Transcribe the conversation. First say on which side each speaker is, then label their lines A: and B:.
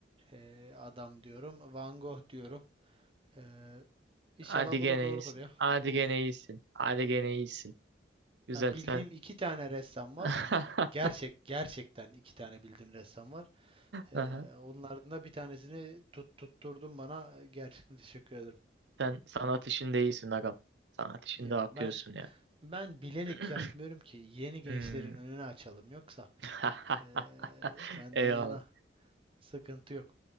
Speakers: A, on the right (about 30°); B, on the right (about 70°).
A: e, adam diyorum. Van Gogh diyorum. E, inşallah
B: Hadi
A: bu
B: gene
A: da doğrudur
B: iyisin.
A: ya.
B: Hadi gene iyisin. Hadi gene iyisin. Güzel
A: Yani bildiğim
B: sen.
A: iki tane ressam var.
B: <laughs>
A: Gerçek gerçekten iki tane bildiğim ressam var. E,
B: Aha.
A: onlardan da bir tanesini tut, tutturdun bana. Gerçekten teşekkür ederim.
B: Sen sanat işinde iyisin agam. Sanat işinde
A: Ya
B: akıyorsun
A: ben
B: ya.
A: ben bilerek
B: <clears throat>
A: yapmıyorum ki yeni gençlerin
B: Hmm.
A: önünü açalım yoksa
B: <laughs>
A: e, benden
B: Eyvallah.
A: yana sıkıntı yok.